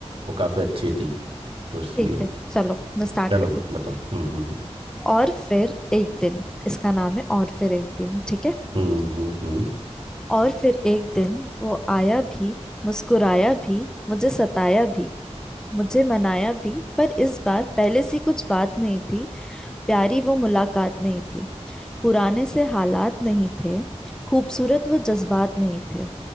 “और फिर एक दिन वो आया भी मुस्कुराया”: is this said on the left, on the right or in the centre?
Centre